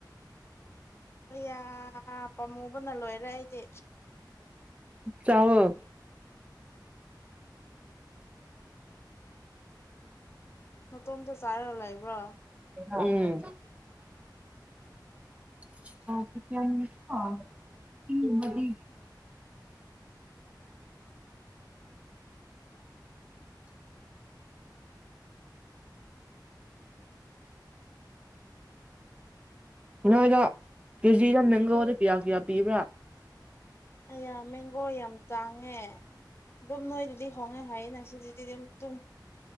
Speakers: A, on the left; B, on the right.
A: ꯃꯌꯥ ꯄꯥꯝꯃꯨꯕꯅ ꯂꯣꯏꯔꯦ ꯑꯩꯗꯤ
B: ꯆꯥꯎꯋꯣ
A: ꯅꯇꯣꯝꯇ ꯆꯥꯔꯒ ꯂꯩꯕ꯭ꯔꯣ
B: ꯎꯝ ꯑ <unintelligible> ꯅꯗ ꯀꯦꯖꯤꯗ ꯃꯦꯡꯒꯣꯗ ꯀꯌꯥ ꯀꯌꯥ ꯄꯤꯕ꯭ꯔꯥ
A: ꯌꯥꯝ ꯃꯦꯡꯒꯣ ꯌꯥꯝ ꯇꯥꯡꯉꯦ ꯑꯗꯨꯝ ꯅꯣꯏ ꯑꯗꯨꯗꯤ ꯍꯣꯡꯅ ꯍꯥꯏꯌꯦ ꯅꯁꯨ ꯑꯗꯨꯗꯤ ꯑꯗꯨꯝꯝ